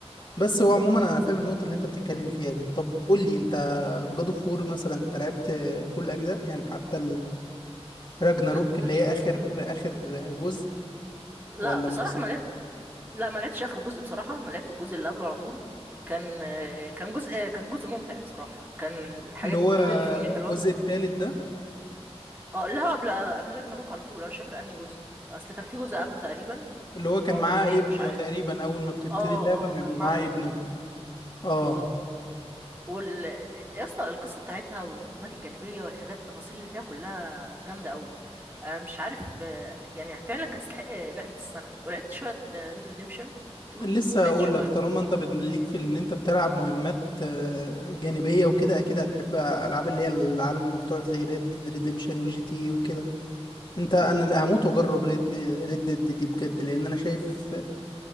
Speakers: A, on the left; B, on the right.
A: بس هو عموما انا فاهم النقطه اللي انت بتتكلم فيها دي طب قول لي انت جاد اوف وور مثلا انت لعبت كل اجزاء يعني حتى الراجناروك
B: ل- ل-
A: اللي هي اخر اخر جزء
B: لا
A: ولا
B: بصراحه
A: ما وصلت
B: ما لعبتش لا ما لعبتش اخر جزء بصراحه انا لعبت الجزء اللي قبله على طول كان كان جزء كان جزء ممتع بصراحه كان حاجات
A: اللي هو
B: كتير فيه حلوه
A: الجزء الثالث ده
B: اه لا قبل قبل راجناروك على طول انا مش فاكر انهي جزء اصل كان في جزء قبله تقريبا
A: اللي هو كان
B: او
A: معاه
B: جزئين
A: ابنه
B: مش عارف
A: تقريبا اول ما بتبتدي
B: اه
A: اللعبه بيبقى
B: اه كان معاه
A: معاه
B: ابنه
A: ابنه اه
B: بالظبط وال يا اسطى القصه بتاعتها والمهمات الجانبيه والحاجات التفاصيل اللي فيها كلها جامده قوي آه، مش عارف آه، يعني فعلا كانت تستحق آه، لعبه السنه ولعبت شويه ريد ريديمشن 2
A: لسه
B: لعبت
A: اقول
B: شويه
A: لك طالما انت بت- ليك في ان انت بتلعب مهمات آه، جانبيه وكده اكيد هتحب العاب اللي هي العالم المفتوح زي ريد ريديمشن وجي تي اي وكده انت انا اللي هموت واجرب ريد ريد ديد دي بجد لان انا شايف